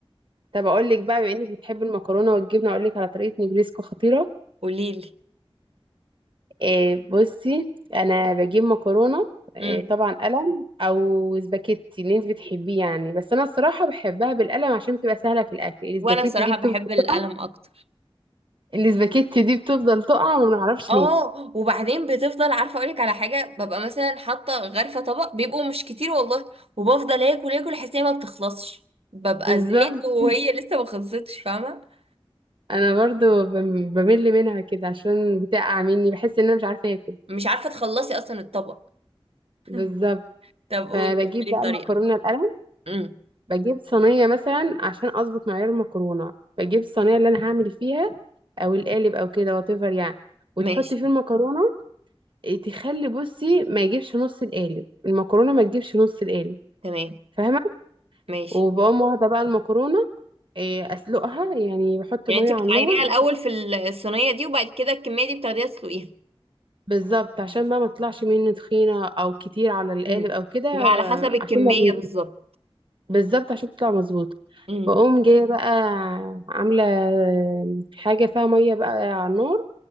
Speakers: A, on the right (about 60°); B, on the right (about 90°).
A: طب اقول لك بقى بما انك بتحبي المكرونه والجبنه اقول لك على طريقه نجريسكو خطيره
B: فقوليلي
A: إيه بصي انا بجيب مكرونه إيه
B: امم
A: طبعا قلم او سباكيتي اللي انت بتحبيه يعني بس انا الصراحه بحبها بالقلم عشان بتبقى سهله في الاكل السباكيتي
B: وانا بصراحه
A: دي بتفضل
B: بحب القلم
A: تقع
B: اكتر
A: السباكيتي دي بتفضل تقع وما بنعرفش
B: اه
A: ناكل
B: وبعدين بتفضل عارفه اقولك على حاجه ببقى مثلا حاطه غرفه طبق بيبقوا مش كتير والله وبفضل اكل اكل احس إن هي ما بتخلصش ببقى
A: بالظبط
B: زهقت
A: <laughs>
B: وهي لسه ما خلصتش فاهمه
A: انا برضو بم- بمل منها كده عشان بتقع مني بحس ان انا مش عارفه اكل
B: مش عارفه تخلصي اصلا الطبق <laughs>
A: بالظبط
B: طب قولي
A: فبجيب
B: كملي
A: بقى
B: الطريقه
A: المكرونه القلم
B: امم
A: بجيب صينية مثلا عشان أظبط معيار المكرونة بجيب الصينية اللي أنا هعمل فيها أو القالب أو كده واتيفر يعني وتحطي
B: ماشي
A: فيه المكرونة إيه، تخلي بصي ما يجيبش نص القالب المكرونة ما تجيبش نص القالب
B: تمام
A: فاهمة
B: ماشي
A: وبقوم واخدة بقى المكرونة إيه، أسلقها يعني بحط
B: يعني
A: مية
B: انت بتعايريها
A: على النار
B: الاول في الصينيه دي وبعد كده الكميه دي بتاخديها تسلقيها
A: بالظبط عشان بقى ما تطلعش مني تخينة أو كتير على القالب
B: امم
A: أو كده
B: يبقى على حسب
A: آه،
B: الكميه
A: عشان ما تجيش.
B: بالظبط
A: بالظبط عشان تطلع مظبوطة
B: امم
A: بقوم جاية بقى عاملة آه، حاجة فيها مية بقى على النار